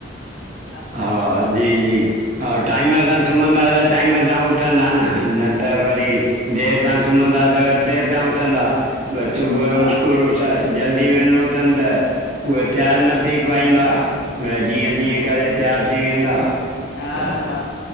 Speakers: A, on the left; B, on the right.
A: हा
B: हा, जी-जी-जी हा टाइम सां सुम्हंदा त टाइम सां उथ न-न, नत वरी देरि सां सुम्हंदा त वरी देरि सां उथंदा। वरी सुबुह
A: हा
B: जो स्कूल, उथाए जल्दी वञणो तन त उहे तयारु न थी पाईंदा, मिरई जीअं-तीअं करे तयारु थी वेंदा।
A: हा-हा
B: त